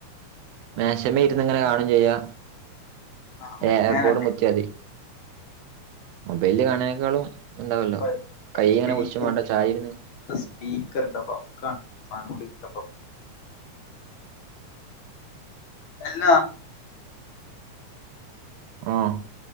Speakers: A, on the right (about 85°); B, on the left (about 65°).
A: മേശമ ഇരുന്ന്ങ്ങനെ കാണയും ചെയ്യാ
B: ആ
A: എ
B: അങ്ങനല്ലേ
A: യർപോടും കുത്തിയ മൊബൈലില് കാണേനെ ക്കാളും ഉണ്ടാവല്ലോ
B: അപ്പൊ
A: കൈ ഇങ്ങനെ
B: സ്പീക്കർ
A: കയ്യക്കനെ പിടിച്ചുമാണ്ട ചായന്ന്
B: സ്പീക്കറിന്റെ വാക്കാണ് സാദാനം കിട്ടിയപ്പോൾ എല്ല
A: ആഹ്